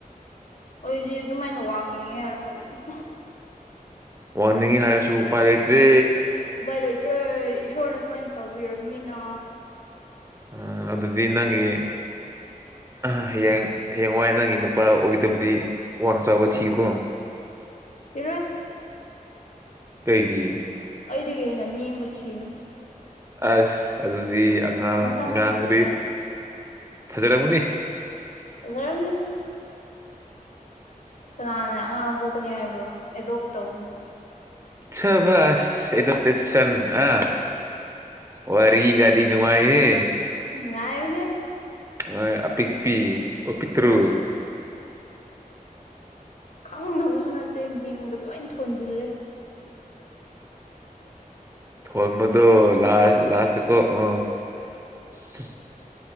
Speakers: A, on the left; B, on the right.
A: ꯑꯩꯗꯤ ꯑꯗꯨꯃꯥꯏꯅ ꯋꯥꯡꯅꯤꯡꯉꯦ ꯍꯥꯏꯒ <unintelligible>
B: ꯋꯥꯡꯍꯟꯅꯤꯡꯉꯤ ꯍꯥꯏꯔꯁꯨ ꯎꯄꯥꯏ ꯂꯩꯇ꯭ꯔꯦ
A: ꯎꯄꯥꯏ ꯂꯩꯇ꯭ꯔꯦ ꯏꯁꯣꯔꯅ ꯁꯨꯃꯥꯏꯅ ꯇꯧꯕꯤꯔꯕꯅꯤꯅ
B: ꯑ ꯑꯗꯨꯗꯤ ꯅꯪꯒꯤ ꯑ ꯍꯌꯦꯡ ꯍꯌꯦꯡꯋꯥꯏ ꯅꯪꯒꯤ ꯅꯨꯄꯥ ꯑꯣꯏꯒꯗꯕꯗꯤ ꯋꯥꯡ ꯆꯥꯎꯕ ꯊꯤꯌꯨꯀꯣ <unintelligible>
A: <inaudible>
B: ꯀꯩꯒꯤ
A: ꯑꯩꯗꯒꯤ ꯍꯦꯟꯅꯥ ꯅꯦꯝꯕ ꯊꯤꯅꯤ
B: ꯑꯁ ꯑꯗꯨꯗꯤ ꯑꯉꯥꯡ
A: ꯃꯁꯝ
B: ꯑꯉꯥꯡꯕꯨꯗꯤ
A: ꯆꯤꯡꯅꯉꯥꯏ
B: ꯐꯖꯔꯝꯒꯅꯤ
A: <inaudible> ꯀꯅꯥꯅ ꯑꯉꯥꯡ ꯄꯣꯛꯀꯅꯤ ꯍꯥꯏꯕ꯭ꯔꯣ ꯑꯦꯗꯣꯞ ꯇꯧꯅꯤꯅ
B: ꯁꯕꯁ ꯏꯗꯞꯇꯦꯁꯟ ꯑꯥ ꯋꯥꯔꯤꯒꯗꯤ ꯅꯨꯉꯥꯏ ꯍꯦ
A: ꯅꯨꯡꯉꯥꯏꯕꯅꯦ
B: ꯍꯣ ꯑꯄꯤꯛꯄꯤ ꯑꯣ ꯄꯤꯇ꯭ꯔꯨ
A: <unintelligible> ꯈꯪꯅꯕꯁꯨ ꯅꯠꯇꯦ ꯃꯤꯡꯗ ꯂꯣꯏ ꯊꯣꯟꯖꯤꯜꯂꯦ
B: <inaudible>